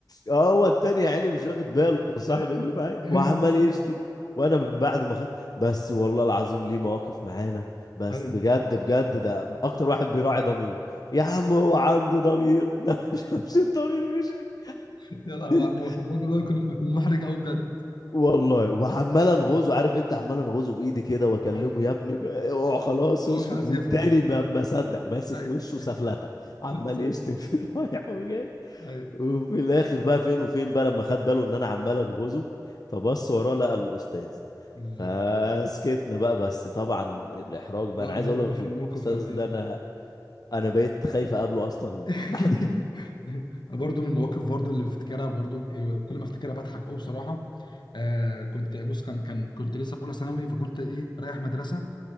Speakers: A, on the left; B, on the left.
A: اه هو التاني يا عيني مش واخد باله صاحب
B: ايوه
A: اللي معايا
B: ايوه <laughs>
A: وعمال يشتم وانا من بعد ما خدت بس والله العظيم ليه مواقف معانا بس
B: ايوه
A: بجد بجد ده اكتر واحد بيراعي ضميره يا عم هو عنده ضمير <laughs> ده ما شافش الضمير مشاني
B: يا لهوي على
A: <laughs>
B: الموقف الموقف ده بيكون بيكون محرج قوي بجد
A: والله وعمال انغزه عارف انت عمال انغزه بايدي كده واكلمه
B: ايوه
A: يا ابني ب- اوعى خلاص
B: هو
A: اسكت
B: مش عايز
A: والتاني
B: يفهم
A: ما ما صدق ماسك
B: ايوه
A: وشه سفلته عمال
B: بالظبط
A: يشتم فيه <laughs> رايح وجاي
B: ايوه
A: وفي الاخر بقى فين وفين بقى لما خد باله ان انا عمال انغزه فبص وراه لقى الاستاذ
B: بالظبط
A: فسكتنا بقى بس طبعا الاحراج بقى
B: لا
A: انا
B: الموقف
A: عايز اقول لك
B: الموقف
A: الاستاذ
B: كان ايوه
A: ده انا انا بقيت خايف اقابله اصلا
B: <laughs>
A: بعد كده
B: برضو من المواقف برضو اللي بفتكرها برضو كل ما افتكرها بضحك قوي بصراحه آه كنت بص كان كان كنت لسه في اولى ثانوي فكنت ايه رايح مدرسه